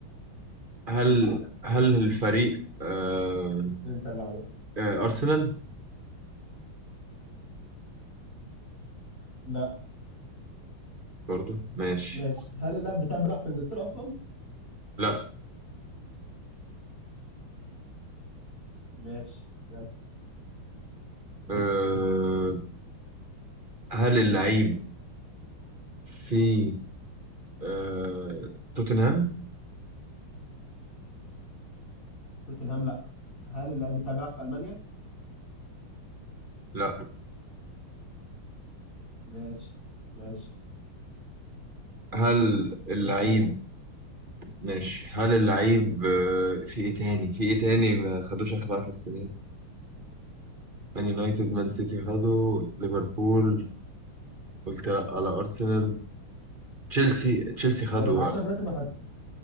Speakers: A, on the right (about 30°); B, on the left (about 35°).
A: هل
B: حلو
A: هل الفريق آه
B: انت اللي عليك
A: آه أرسنال
B: لا
A: برضو ماشي
B: ماشي هل اللاعب بتاعي بيلعب في انجلترا اصلا
A: لا
B: ماشي يلا
A: آه هل اللعيب في آه توتنهام
B: توتنهام لا هل اللاعب بتاعي بيلعب في المانيا
A: لا
B: ماشي ماشي
A: هل اللعيب
B: اسال انت
A: ماشي هل اللعيب آه في ايه تاني في ايه تاني ما خدوش آخر 10 سنين مان يونايتد مان سيتي خدوا ليفربول قلت لا على أرسنال تشيلسي تشيلسي خدوا
B: هو مانشستر
A: آخر
B: يونايتد ما خد